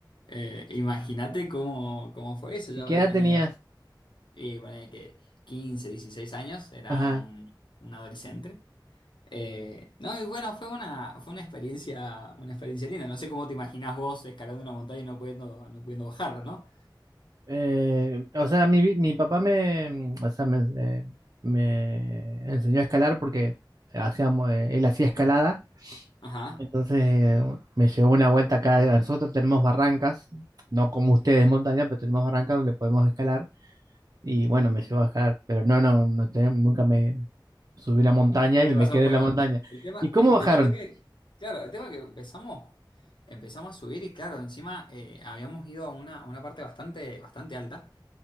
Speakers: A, on the left; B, on the right.
A: eh, imagínate cómo, cómo fue eso. Yo
B: y qué
A: habré
B: edad
A: tenido,
B: tenías?
A: y ponele que 15 16 años, era
B: Ajá.
A: un, un adolescente. Eh, no, y bueno, fue una, fue una experiencia, una experiencia linda. No sé cómo te imaginás vos escalando una montaña y no pudiendo, no pudiendo bajarla, ¿no?
B: Eh, o sea, mi, vi- mi papá me, o sea, me, eh, me enseñó a escalar porque hacíamos, eh, él hacía escalada.
A: Ajá.
B: Entonces me llevó una vuelta acá. A Nosotros tenemos barrancas, no como ustedes montaña, pero tenemos barrancas donde podemos escalar. Y bueno, me llevó a escalar, pero no, no, no tenemos- nunca me subí a la montaña
A: Nunca te
B: y me
A: pasó.
B: quedé
A: Bueno,
B: en la montaña.
A: el tema,
B: ¿Y cómo
A: el
B: bajaron?
A: tema fue que, claro, el tema que empezamos, empezamos a subir y claro, encima eh, habíamos ido a una, a una parte bastante, bastante alta.